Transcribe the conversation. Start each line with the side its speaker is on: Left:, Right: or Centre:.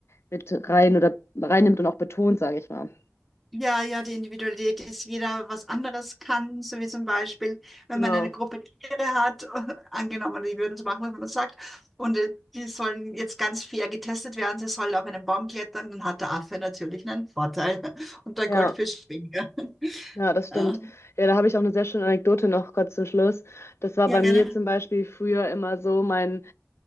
Left: mit rein oder reinnimmt und auch betont, sage ich mal.
Centre: Ja, ja, die Individualität ist, jeder was anderes kann, so wie zum Beispiel, wenn
Left: Genau,
Centre: man eine Gruppe Tiere hat, <laughs> angenommen, die würden es machen, was man sagt, und äh, die sollen jetzt ganz fair getestet werden, sie sollen auf einen Baum klettern, dann hat der Affe natürlich einen Vorteil <laughs> und der
Left: ja.
Centre: Goldfisch weniger.
Left: Ja, das stimmt.
Centre: Ja.
Left: Ja, da habe ich auch eine sehr schöne Anekdote noch kurz zum Schluss. Das war
Centre: Ja,
Left: bei
Centre: gerne.
Left: mir zum Beispiel früher immer so, mein,